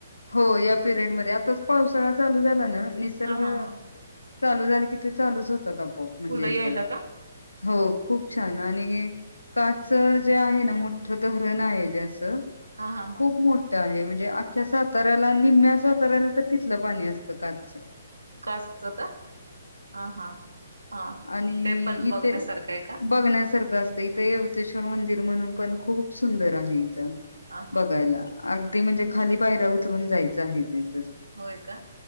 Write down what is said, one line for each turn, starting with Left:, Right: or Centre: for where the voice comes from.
Left: हो या पिरियडमध्ये आताच पावसाळा चालू झाला ना निसर्ग
Right: हा हा हा
Left: चालू झालं की ते चालूच होत आव पोप म्हणजे
Right: फुलं
Left: एकदम
Right: यायला का
Left: हो खूप छान आणि काच जे आहे ना मोठं धरण आहे. जे असं
Right: हा हा
Left: खूप
Right: हा
Left: मोठं आहे म्हण जे आख्या सात ऱ्याला निम्म्या साताऱ्याला तर तिथलं पाणी असतं कासचं
Right: कास च का आ हा हा
Left: आणि
Right: ते पण
Left: इथे
Right: बघण्यासारखं आहे का
Left: बघण्यासारखं अस इथं यवतेश्वर मंदिर म्हणून पण खूप सुंदर आहे इथं
Right: हा हा
Left: बघायला अन ते म्हणजे खाली पायऱ्या उतरून जायचं आहे ते तर.
Right: होय का?